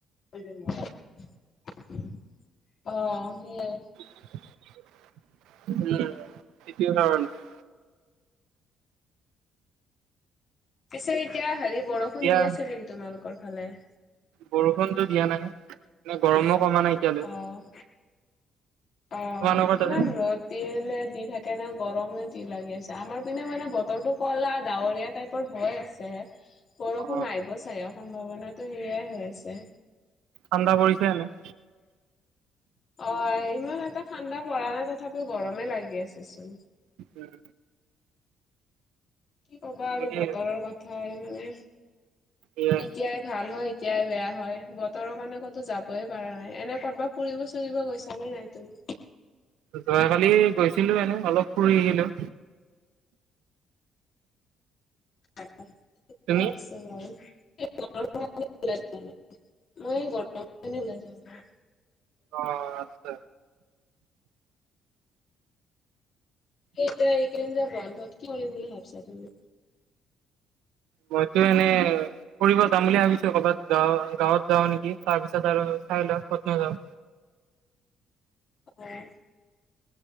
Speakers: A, on the left (about 60°); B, on the right (about 75°).
A: অ', সেয়াই।
B: <unintelligible>
A: পিছে এতিয়া হেৰি বৰষুণ
B: এতিয়া
A: দি আছে নেকি তোমালোকৰ ফালে?
B: বৰষুণতো দিয়া নাই মানে গৰমো কমা নাই এতিয়া
A: অ'। অ',
B: তোমালোকৰ তাতে
A: ইমান ৰ'দ। দিলে দি থাকে না গৰমে দি লাগি আছে আমাৰ পিনে মানে বতৰটো ক'লা ডাৱৰীয়া টাইপ হৈ আছে বৰষুণ
B: অ
A: আহিব চাগে সম্ভাৱনাটো সেয়াই হৈ আছে।
B: ঠাণ্ডা পৰিছে এনে।
A: অ', ইমান এটা ঠাণ্ডা পৰা নাই তথাপিও গৰমে লাগি আছেচোন।
B: উম,।
A: কি ক'বা আৰু
B: তাকে
A: বতৰৰ কথা মানে
B: এয়া
A: এতিয়াই ভাল হয় এতিয়াই বেয়া হয় বতৰৰ কাৰণে ক'তো যাবই পাৰা নাই এনে ক'ৰবাত ফুৰিব চুৰিব গৈছা নে নাই তুমি?
B: যোৱাকালি গৈছিলোঁ এনে অলপ ফুৰি আহিলোঁ।
A: অ',
B: তুমি
A: ঠিকে আছে বাৰু <unintelligible> <unintelligible>
B: অ', আছে।
A: এই যে এইকেইদিন যে বন্ধত কৰিম বুলি ভাবিছা তুমি?
B: মইতো এনে ফুৰিব যাম বুলি ভাবিছোঁ, ক'ৰবাত গাঁ-গাঁৱত যাওঁ নেকি তাৰ পিছত আৰু চাই ল‌ও কতনো যাওঁ।
A: হয়।